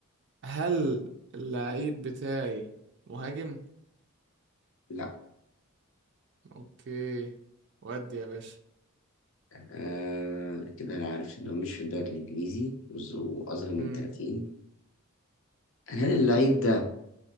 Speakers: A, on the right; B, on the left.
A: هل اللعيب بتاعي مهاجم
B: لأ
A: اوكي ودي يا باشا
B: آه كده انا عارف ان هو مش في الدوري الانجليزي وز- واصغر من
A: مم.
B: 30 هل اللعيب ده